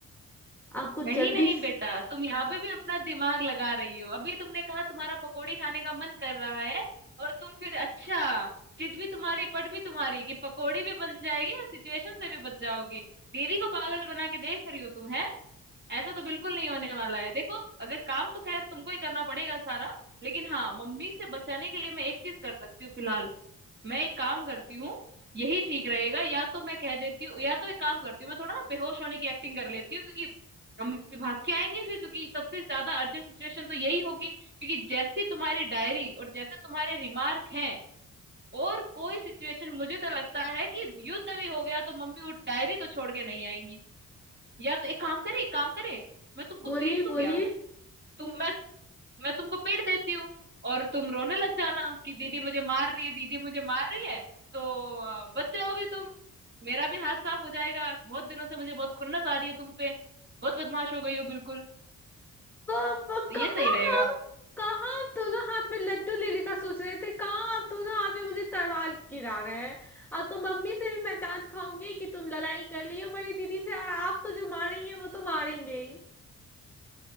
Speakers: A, in the centre; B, on the right.
A: आपको
B: नहीं
A: जल्दी
B: नहीं बेटा तुम यहाँ पे भी अपना दिमाग लगा रही हो अभी तुमने कहा तुम्हारा पकोड़ी खाने का मन कर रहा है और तुम फिर अच्छा जिद भी तुम्हारी पट भी तुम्हारी कि पकोड़ी भी बन जाएगी और सिचुएशन से भी बच जाओगी दीदी को पागल बना के देख रही हो तुम है ऐसा तो बिल्कुल नहीं होने वाला है देखो अगर काम तो खैर तुमको ही करना पड़ेगा सारा लेकिन हाँ मम्मी से बचाने के लिए मैं एक चीज कर सकती हूँ फिलहाल मैं एक काम करती हूँ यही ठीक रहेगा या तो मैं कह देती हूँ या तो एक काम करती हूँ मैं थोड़ा ना बेहोश होने की एक्टिंग कर लेती हूँ क्योंकि हम भाग के आएंगे फिर क्योंकि सबसे ज्यादा अर्जेंट सिचुएशन तो यही होगी क्योंकि जैसी तुम्हारी डायरी और जैसे तुम्हारे रिमार्क हैं और कोई सिचुएशन मुझे तो लगता है कि युद्ध भी हो गया तो मम्मी वो डायरी तो छोड़ के नहीं आएंगी या तो एक काम करे एक काम करे मैं तुमको
A: बोलिए
B: पीट दूं
A: बोलिए
B: क्या तुम मैं तुमको पीट देती हूँ और तुम रोने लग जाना कि दीदी मुझे मार रही है दीदी मुझे मार रही है तो अ, बच जाओगी तुम मेरा भी हाथ साफ हो जाएगा बहुत दिनों से मुझे बहुत खुन्नस आ रही है तुम पे बहुत बदमाश हो गई हो बिल्कुल
A: कब
B: तो ये
A: कहाँ
B: सही रहेगा
A: हम कहाँ आप दोनों हाथ में लड्डू लेने का सोच रहे थे कहाँ आप दोनों हाथ में मुझे तलवार गिरा रहे हैं और तो मम्मी से भी मैं डांट खाऊंगी कि तुम लड़ाई कर रही हो बड़ी दीदी से और आप तो जो मारेंगे वो तो मारेंगे ही